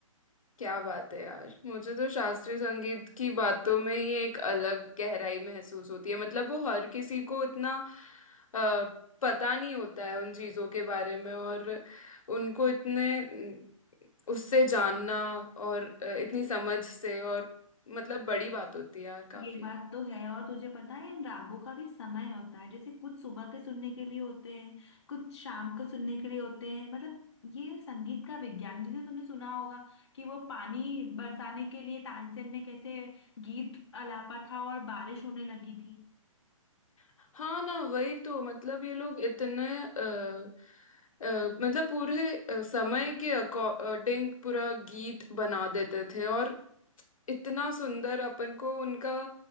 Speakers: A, on the left; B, on the left.
A: क्या बात है यार मुझे तो शास्त्रीय संगीत की बातों में ही एक अलग गहराई महसूस होती है मतलब वो हर किसी को इतना अ, पता नहीं होता है उन चीजों के बारे में और उनको इतने अम, उससे जानना और अ, इतनी समझ से और मतलब बड़ी बात होती है यार काफी
B: ये बात तो है और तुझे पता है इन रागों का भी समय होता है जैसे कुछ सुबह के सुनने के लिए होते हैं कुछ शाम को सुनने के लिए होते हैं मतलब ये संगीत का विज्ञान जैसे तुमने सुना होगा कि वो पानी बरसाने के लिए तानसेन ने कैसे गीत आलापा था और बारिश होने लगी थी
A: हाँ ना वही तो मतलब ये लोग इतने अ, अ, मतलब पूरे अ, समय के अकॉर्डिंग पूरा गीत बना देते थे और इतना सुंदर अपन को उनका